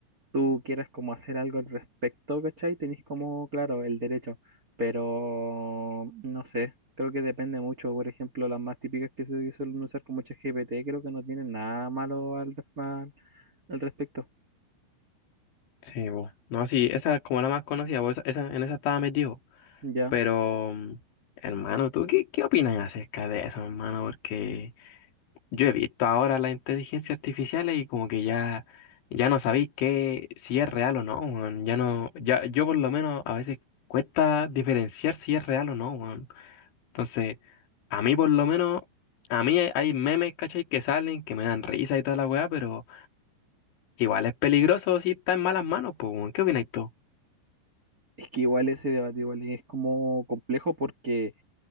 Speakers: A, on the right; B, on the left.
A: tú quieras como hacer algo al respecto, ¿cachai? Tenés como, claro, el derecho, pero no sé, creo que depende mucho. Por ejemplo, las más típicas que se suelen usar como ChatGPT, creo que no tienen nada malo al, res- al al respecto,
B: Sí, bo. No, sí, esa es como la más conocida, bo, esa, esa- en esa estaba metido.
A: ¿ya?
B: Pero, mm, hermano, ¿tú qué, qué opinas acerca de eso, hermano? Porque Yo he visto ahora la inteligencia artificial y como que ya, ya no sabéis qué, si es real o no, weón. Ya no, ya, yo por lo menos a veces cuesta diferenciar si es real o no, weón. Entonces, a mí por lo menos, a mí hay, hay memes, ¿cachai? que salen, que me dan risa y toda la weá, pero igual es peligroso si está en malas manos, pues, weón. ¿Qué opináis tú?
A: Es que igual ese debate igual es como complejo porque